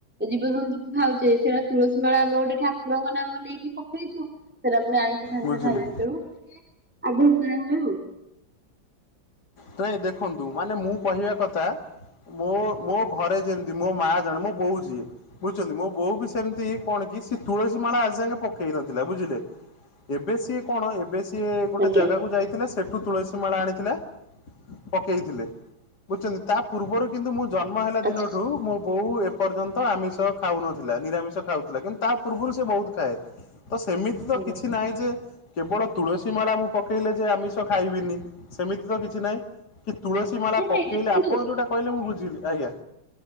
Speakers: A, in the centre; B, on the left.
A: ଜୀବଜନ୍ତୁ କୁ ଖାଉଛେ ସେଇଟା ତୁଳସୀ ମାଳା ଆମେ ଗୋଟେ ଠାକୁରଙ୍କ ନାମ ନେଇକି ପକେଇଛୁ ସେଟା ପୁଣି ଆଇଁଷ ଫଇଁସ
B: ବୁଝିଲି
A: ଖାଇବୁ ତେଣୁ ଟିକେ ଆଗରୁ କରା ହୁଏ ଆଉ।
B: ନାଇଁ ଦେଖନ୍ତୁ ମାନେ ମୁଁ କହିବା କଥା ମୋ ମୋ ଘରେ ଯେମିତି ମୋ ମା ଜଣେ ମୋ ବୋଉ ିଏ ବୁଝୁଛନ୍ତି ମୋ ବୋଉ ବି ସେମିତି କଣ କି ସେ ତୁଳସୀ ମାଳା ଆଜି ଆେ ପକେଇ ନଥିଲା ବୁଝିଲେ? ଏବେ ସିଏ କଣ ଏବେ ସିଏ ଗୋଟେ
A: ଆଜ୍ଞା
B: ଜାଗାକୁ ଯାଇଥିଲେ ସେଠୁ ତୁଳସୀ ମାଳା ଆଣିଥିଲେ। ପକେଇଥିଲେ ବୁଝଛନ୍ତି ତା ପୂର୍ବରୁ କିନ୍ତୁ ମୁଁ ଜନ୍ମ ହେଲା
A: ଆଚ୍ଛା
B: ଦିନଠୁ ମୋ ବୋଉ ପର୍ଯ୍ୟନ୍ତ ଆମିଷ ଖାଉନଥିଲା ନିରାମିଷ ଖାଉଥିଲା କିନ୍ତୁ ତା ପୂର୍ବରୁ ସେ ବହୁତ ଖାଏ ତ ସେମିତି ତ
A: ଆଜ୍ଞା।
B: କିଛି ନାହିଁ ଯେ କେବଳ ତୁଳସୀ ମାଳା ମୁଁ ପକେଇଲେ ଯେ ଆମିଷ ଖାଇବିନି ସେମିତି ତ କିଛି ନହିଁ। କି ତୁଳସୀ ମାଳା
A: ନାଇଁ
B: ପକେଇଲେ
A: ନାଇଁ ଦେଖନ୍ତୁ
B: ଆପଣ ଯୋଉଟା କହିଲେ ମୁଁ ବୁଝିଲି ଆଜ୍ଞା।